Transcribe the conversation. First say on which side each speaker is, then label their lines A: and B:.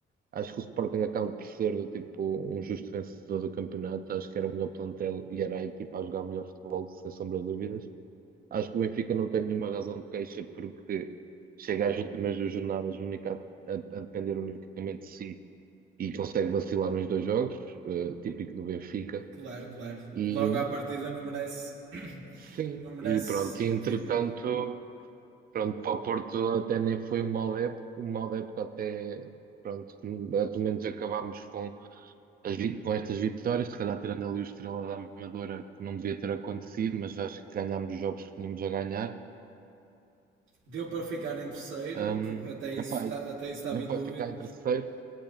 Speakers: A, on the right; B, on the right.
A: Acho que o Sporting acaba por ser do tipo um justo vencedor do campeonato. Acho que era o melhor plantel e era a equipa a jogar melhor futebol, sem sombra de dúvidas. Acho que o Benfica não tem nenhuma razão de queixa porque chega às últimas duas jornadas única, a, a depender unicamente de si e consegue vacilar nos dois jogos, eh, típico do Benfica.
B: Claro, claro.
A: E
B: Logo à partida não merece, <coughs> <clears throat>
A: sim,
B: não merece
A: e pronto, e
B: o
A: entretanto.
B: título.
A: Pronto, para o Porto até nem foi uma mal época, uma mal época até, pronto, que, eh, pelo menos acabámos com, as, vi- com estas vitórias, se calhar tirando ali o Estrela da Amadora, que não devia ter acontecido, mas acho que ganhámos os jogos que tínhamos a ganhar.
B: Deu para ficar em terceiro,
A: Um,
B: o que até isso,
A: epá,
B: está-
A: e
B: até isso estava
A: deu
B: em
A: para
B: dúvida.
A: ficar em terceiro,